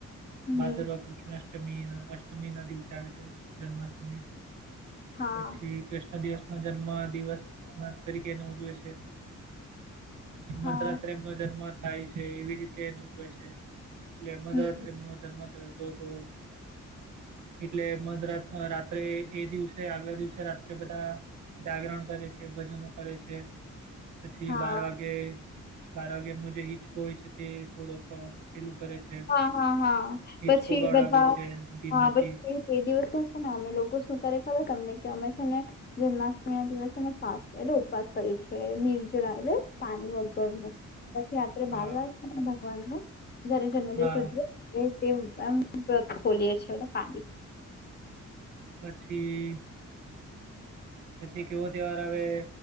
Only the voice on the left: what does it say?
હમ
હા
હા
હમ
હા
હા હા હા
પછી
બધા
હા પછી એ દિવસે છે ને અમે લોકો શું કરે ખબર તમને કે અમે છે ને જન્માષ્ટમીના દિવસે એને ફાટસ એટલે ઉપવાસ કરે છે નિર્જલા એટલે પાણી વગર. પછી રાત્રે
મારવા ભગવાનનો જયારે જન્મદિવસ
ઉજવ્યો અરે તે એમ વ્રત ખોલીયે છે હા